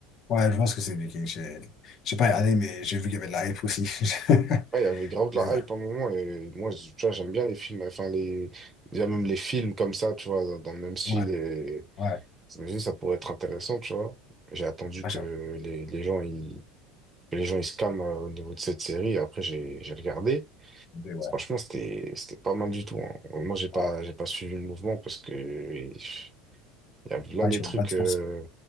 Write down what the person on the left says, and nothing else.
Ouais, je pense que c'est compliqué. J'ai j'ai pas regardé, mais j'ai vu qu'il y avait de la hype aussi. <laughs>
Mais ouais,
ouais,
ouais.
Ah,
j'avoue.
Mais ouais.
Ouais,
Ouais,
je
voulais pas te
faire ça.